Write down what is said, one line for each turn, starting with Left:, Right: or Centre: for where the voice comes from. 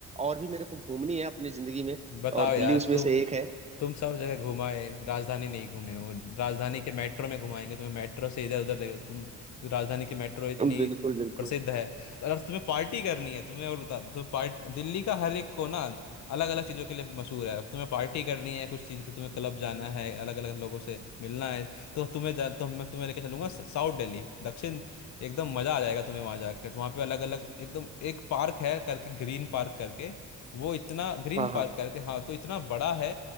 Right: और भी मेरे को घूमनी है अपनी जिंदगी में
Left: बताओ
Right: और
Left: यार
Right: दिल्ली उसमें
Left: तुम
Right: से एक है
Left: तुम सब जगह घुमाए राजधानी नहीं घूमे हो राजधानी के मेट्रो में घुमाएंगे तुम्हें मेट्रो से इधर उधर ले तुम तो राजधानी की मेट्रो इतनी
Right: बिल्कुल बिल्कुल
Left: प्रसिद्ध है तो अगर तुम्हें पार्टी करनी है तुम्हें और बता दूं, तो पार्ट दिल्ली का हर एक कोना अलग अलग चीज़ों के लिए मशहूर है अब तुम्हें पार्टी करनी है कुछ चीज़ की तुम्हें क्लब जाना है अलग अलग लोगों से मिलना है तो तुम्हें जा, तो मैं तुम्हें लेकर चलूंगा साउथ दिल्ली दक्षिण एकदम मज़ा आ जाएगा तुम्हें वहाँ जाकर तो वहाँ पे अलग अलग एकदम एक पार्क है करके ग्रीन पार्क करके वो इतना ग्रीन
Right: हाँ
Left: पार्क
Right: हाँ
Left: करके हाँ तो इतना बड़ा है